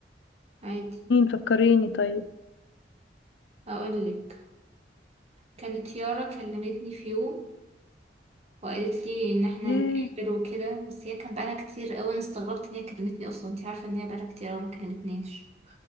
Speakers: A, on the right; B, on the left.
A: عادي
B: فكريني طيب
A: أقولك كانت يارا كلمتني في يوم وقالت لي ان احنا
B: ياه
A: نتقابل وكده بس هي كان بقالها كتير قوي انا استغربت ان هي كلمتني اصلا انت عارفه ان هي بقالها كتير قوي ما كلمتنيش